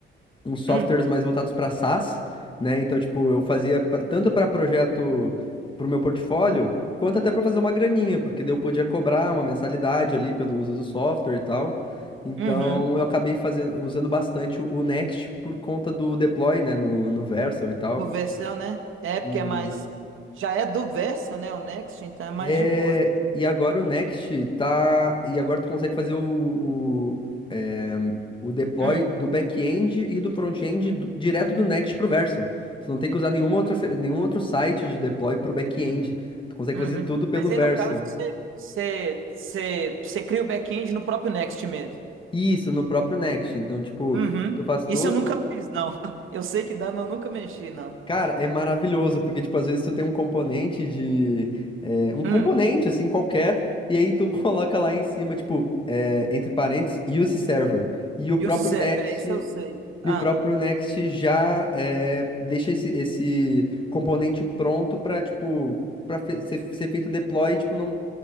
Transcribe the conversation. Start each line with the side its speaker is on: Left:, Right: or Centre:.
Left: uns softwares
Right: Hum,
Left: mais voltados para SaaS, né? Então, tipo, eu fazia pra- tanto para projeto para o meu portfólio, quanto até para fazer uma graninha, porque daí eu podia cobrar uma mensalidade ali pelo uso do software e tal. Então,
Right: uhum.
Left: eu acabei fazendo, usando bastante o o Next por conta do deploy, né, no, no Vercel e tal.
Right: Do Vercel, né? É, porque
Left: E
Right: é mais. Já é do Vercel, né? O Next, então é mais
Left: É,
Right: de boas.
Left: e agora o Next tá. E agora tu consegue fazer o, o, é, o deploy
Right: Hum,
Left: do back-end e do front-end do- direto do Next pro Verso. Tu não tem que usar nenhuma outra, fe- nenhum outro site de deploy pro back-end. Tu consegue
Right: uhum.
Left: fazer tudo pelo
Right: Mas
Left: Verso.
Right: aí, no caso, você, você, você, você cria o back-end no próprio Next mesmo.
Left: Isso, no próprio Next. Então, tipo,
Right: Uhum.
Left: tu faz todo.
Right: Isso eu nunca fiz, não. <laughs> Eu sei que dá, mas eu nunca mexi, não.
Left: Cara, é maravilhoso, porque, tipo, às vezes tu tem um componente de... é, um componente,
Right: Hum.
Left: assim, qualquer, e aí tu <laughs> coloca lá em cima, tipo, é, entre parênteses, use server. E o próprio
Right: E os serve,
Left: Next,
Right: é, isso eu sei. Ah.
Left: e o próprio Next já é, deixa esse, esse componente pronto pra, tipo, pra fe- ser, ser feito o deploy, tipo, não...